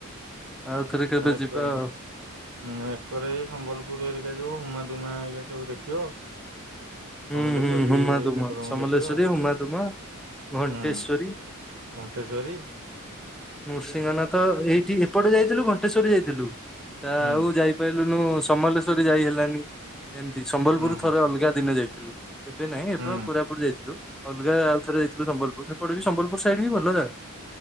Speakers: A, in the centre; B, on the right.
A: ଆଉଥରେ କେବେ
B: ଏକରେ
A: ଯିବା ଆଉ।
B: ହୁଁ ଏକରେ ସମ୍ବଲପୁରରେ ଏଇ ଯୋଉ ହୁମାଦୁମା ଏରିକା ସବୁ ଦେଖିବ। ସମଲେଶ୍ଵରୀ
A: ହୁଁ ହୁଁ ହୁମା ଦୁମା
B: ଠାକୁରଙ୍କୁ
A: ସମଲେଶ୍ଵରୀ
B: ଦେଖିବ
A: ହୁମା ଦୁମା ଘଣ୍ଟେଶ୍ଵରୀ
B: ହୁଁ। ଘଣ୍ଟେଶୋରି।
A: ନୃସିଂହନାଥ ଏଇଠି ଏପଟେ ଯାଇଥିଲୁ ଘଣ୍ଟେଶୋରି ଯାଇଥିଲୁ। ତା
B: ହୁଁ
A: ଆଉ ଯାଇପାରି ସମଲେଶ୍ଵରୀ ଯାଇ ହେଲାନି ଏମିତି ସମ୍ବଲପୁର
B: ହୁଁ ହୁଁ।
A: ଥରେ ଅଲଗା ଦିନେ ଯାଇଥିଲୁ। ଏବେ ନାଇଁ ଏବେ
B: ହୁଁ
A: କୋରାପୁଟ ଯାଇଥିଲୁ। ଅଲଗା ଆଉ ଥରେ ଯାଇଥିଲୁ ସମ୍ବଲପୁର ଏପଟେ ବି ସମ୍ବଲପୁର ସାଇଡ ବି ଭଲ ଜାଗା।